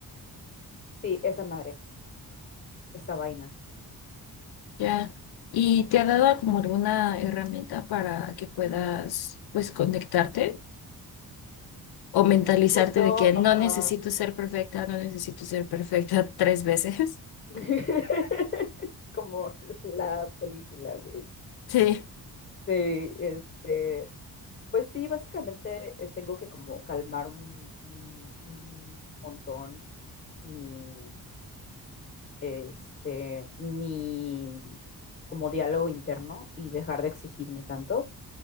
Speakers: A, on the left (about 30°); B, on the left (about 80°).
A: Sí, esa madre, esa vaina.
B: ya. Y te ha dado como alguna herramienta para que puedas, pues, conectarte. o mentalizarte
A: Justo,
B: de que
A: ajá.
B: no necesito ser perfecta, no necesito ser perfecta <laughs> tres veces.
A: <laughs> Como la película, güey.
B: Sí,
A: Sí, este, pues sí, básicamente eh, tengo que como calmar un, un- un montón mi, este, mi como diálogo interno y dejar de exigirme tanto,